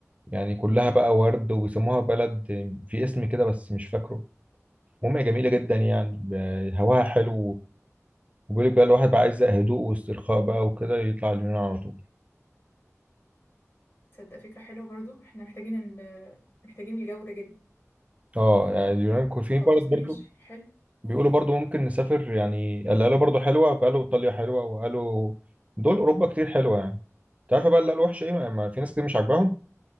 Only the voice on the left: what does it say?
تصدق فكرة حلوة برضو احنا محتاجين ال... محتاجين الجو ده جدا
خلاص
ماشي حلو